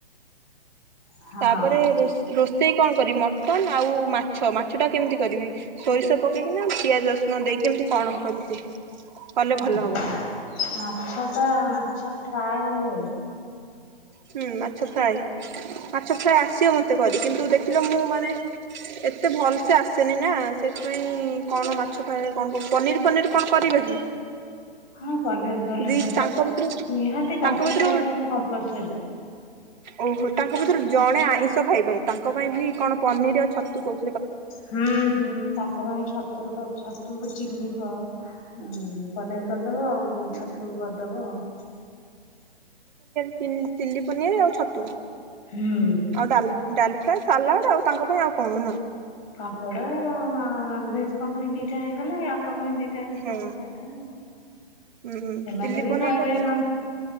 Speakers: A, on the left; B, on the right.
A: ହଁ
B: ତାପରେ ରୋଷ୍ ରୋଷ୍ ସେଇ କଣ କରିବି ମଟନ ଆଉ ମାଛ। ମାଛ ଟା କେମିତି କରିବି? ସୋରିଷ ପକ୍ ପକେଇକିନା ପିଆକ ରସୁଣ ଦେଇକି କେମିତି କଣ କରିବି? କଲେ ଭଲ
A: ଓହୋ,
B: ହବ
A: ମାଛ ଟା ମାଛ ଫ୍ରାଏ ହୁଏ।
B: ହୁଁ ମାଛ ଫ୍ରାଏ। ମାଛ ଫ୍ରାଏ ଆସିବ ମତ୍ ଏତେ କରି କିନ୍ତୁ ଦେଖିଲ ମୁଁ ମାନେ ଏତେ ଭଲସେ ଆସେନି ନା ସେଥିପାଇଁ କଣ ମାଛ ଫରେ କଣ କଣ ପନିର ପନିର କଣ କରିବେ କି?
A: ହଁ ପନିର ଗଲେ
B: ଦି
A: ହବ
B: ତାଙ୍କ ଭିତରୁ
A: ନିହାତି ପାଞ୍ଚଟା
B: ତାଙ୍କ ଭିତରୁ
A: ଆଇଟମ କମ୍ପଲ୍ସରୀ।
B: ଓହୋ ତାଙ୍କ ଭିତରେ ଜଣେ ଆଇଁଷ ଖାଇବେନି ତାଙ୍କ ପାଇଁ ବି କଣ ପନିର ଆଉ ଛତୁ କ
A: ହୁଁ ହୁଁ ତାଙ୍କ ପାଇଁ ଛତୁୁରତ ଛ ତୁ ଚିଲି ପନିର କରିଦବ ଆଉ ଯୋଉ ଛତୁ କରିଦବ ଆଉ
B: ହଁ। ଚିଲି ପନିର ଆଉ ଛତୁ ଆଉ
A: ହୁଁ।
B: ଡାଲ ଡାଲ ଫ୍ରାଏ ସାଲାଡ ଆଉ ତାଙ୍କ ପାଇଁ ଆଉ କଣ ନା?
A: ପାମ୍ପଡା ରନଭେଜ କ ପାଇଁ ଦିଟା ହେଇଗଲାୟା ଲୋକମାନେ ଦିଟା
B: ହଁ
A: ଖାଇଥା ସେମାନେ
B: ହୁଁ ଚିଲି
A: ବି
B: ପନିର
A: ଖାଇବେ
B: ଟା କେମିତି
A: ନା